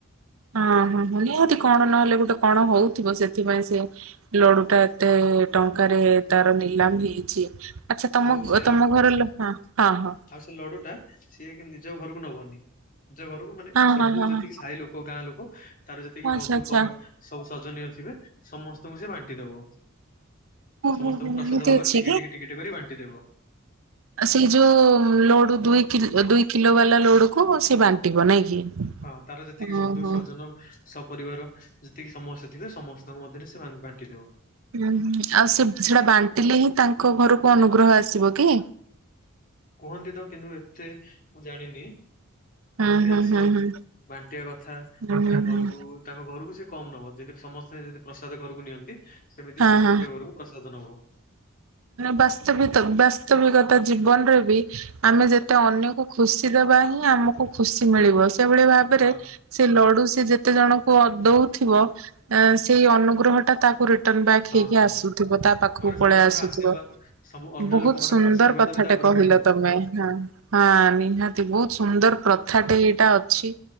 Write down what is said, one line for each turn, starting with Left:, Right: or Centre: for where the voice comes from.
Right: ହଁ ହଁ ହଁ ନିହାତି କଣ ନହେଲେ ଗୋଟେ କଣ ହଉଥିବ ସେଥିପାଇଁ ସିଏ ଲଡୁ ଟା ଏତେ ଟଙ୍କାରେ ତାର ନିଲାମ ହେଇଛି। ଆଚ୍ଛା ତମ
Left: ଆଉ ସେ
Right: ତମ
Left: ଲଡୁ
Right: ଘର ଲୋ ହଁ ହଁ
Left: ଆଉ ସେ ଲଡୁଟା ସିଏ ଏକ ନିଜ ଘରକୁ ନବନି। ନିଜ ଘରକୁ ମାନେ
Right: ହଁ
Left: ସବୁ
Right: ହଁ ହଁ
Left: ଯେତିକି
Right: ହଁ ହଁ
Left: ସାହି ଲୋକ ଗାଁ ଲୋକ ତାର ଯେତିକି
Right: ଆଚ୍ଛା
Left: ବନ୍ଧୁ
Right: ଆଚ୍ଛା
Left: କର ସବୁ ସଜନୀୟ ଥିବେ ସମସ୍ତଙ୍କୁ ସେ ବାଣ୍ଟି ଦବ।
Right: ଓ
Left: ସମସ୍ତଙ୍କୁ
Right: ହୋ ହୋ
Left: ପ୍ରସାଦ
Right: ଏମିତି
Left: ଭାବରେ
Right: ଅଛି
Left: ଟିକେ ଟିକେ ଟିକେ ଟିକେ କରି ବାଣ୍ଟିଦେବ।
Right: ଆ ସେଇ ଯୋଉ ଲୋଡୁ ଦୁଇ କିଲୋ ଦୁଇ କିଲୋ ବାଲା ଲଡୁକୁ ସେ ବାଣ୍ଟିବ ନାଇଁ କି।
Left: ହଁ ତାର ଯେତିକି
Right: ଓ
Left: ବନ୍ଧୁ
Right: ହୋ।
Left: ସଜନ ସପରିବାର ଯେତିକି ସମସ୍ତେ ଥିବେ ସମସ୍ତଙ୍କ ମଧ୍ୟରେ ସେ ବା-ବାଣ୍ଟି ଦବ।
Right: ହୁଁ ହୁଁ ଆଉ ସେ ସେଟା ବାଣ୍ଟିଲେ ହିଁ ତାଙ୍କ ଘରକୁ ଅନୁଗ୍ରହ ଆସିବ କି?
Left: କୁହନ୍ତି ତ କିନ୍ତୁ ଏତେ ମୁଁ ଜାଣିନି।
Right: ହୁଁ
Left: କୁହନ୍ତି
Right: ହୁଁ
Left: ଆସେ
Right: ହୁଁ ହୁଁ
Left: ବାଣ୍ଟିବା କଥା
Right: ହୁଁ
Left: ମାନେ
Right: ହୁଁ
Left: ଘରକୁ
Right: ହୁଁ
Left: ତାଙ୍କ ଘରକୁ ସେ କମ୍ ନବ ଯେମିତି ସମସ୍ତେ ଯେମିତି ପ୍ରସାଦ ଘରକୁ ନିଅନ୍ତି ସେମିତି
Right: ହଁ
Left: ସେ
Right: ହଁ।
Left: ବି ନିଜ ଘରକୁ ପ୍ରସାଦ ନବ।
Right: ବାସ୍ତବିତ ବାସ୍ତବିକତା ଜୀବନରେ ବି ଆମେ ଯେତେ ଅନ୍ୟକୁ ଖୁସି ଦେବା ହିଁ ଆମକୁ ଖୁସି ମିଳିବ ସେଭଳି ଭାବ
Left: ହଁ
Right: ରେ ସେ ଲଡୁ ସେ ଯେତେ ଜଣଙ୍କୁ ଦଉଥିବ ଏ ସେଇ ଅନୁଗ୍ରହ ତାକୁ ରିଟର୍ଣ ବ୍ୟାକ୍
Left: ହଁ
Right: ହେଇକି
Left: ହଁ।
Right: ଆସୁଥିବ ତା ପାଖକୁ
Left: ମାନେ ସମସ୍ତଙ୍କର
Right: ପଳେଇ ଆସି
Left: ଆଶୀର୍ବାଦ
Right: ଥିବ
Left: ସବୁ ଅନ୍ୟ
Right: ବହୁତ
Left: ଲୋକମାନଙ୍କର
Right: ସୁନ୍ଦର
Left: ଆଶୀର୍ବାଦ
Right: କଥାଟେ
Left: ବି ତା ଉପରେ
Right: କହିଲ
Left: ପଡିବ।
Right: ତମେ ହଁ। ହଁ ନିହାତି ବହୁତ ସୁନ୍ଦର ପ୍ରଥାଟେ ଏଇଟା ଅଛି